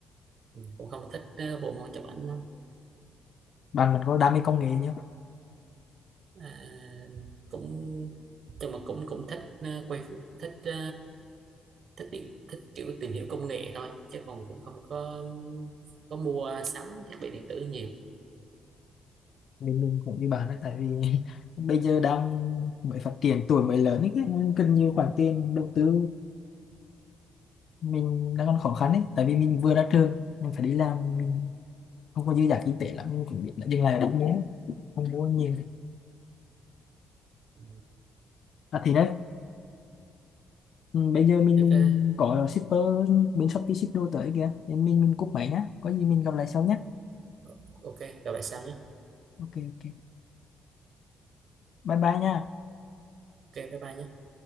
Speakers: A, on the right; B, on the left.
A: Ừ, cũng không thích ờ, bộ môn chụp ảnh
B: bạn mình có đam mê công nghệ nhá
A: à, cũng nhưng mà cũng cũng thích ờ, quay thích ờ, thích điện thích kiểu tìm hiểu công nghệ thôi chứ còn cũng không có có mua sắm thiết bị điện tử nhiều
B: mình mình cũng như bạn đấy tại vì <laughs> bây giờ đang mới phát triển tuổi mới lớn ấy, cần nhiều khoản tiền đầu tư mình đang còn khó khăn ấy tại vì mình vừa ra trường mình phải đi làm mình không có dư giả kinh tế lắm mình cũng biết là dừng lại ở đâu nhé không mua nhiều
A: Ừ.
B: à thì đấy ừ, bây giờ mình
A: thế, thế,
B: mình có shipper bên Shopee ship đồ tới kìa nên mình mình cúp máy nhá có gì mình gặp lại sau nhá
A: ờ, ờ, ok gặp lại sau nhé
B: ok ok bye bye nha
A: ok bye bye nhé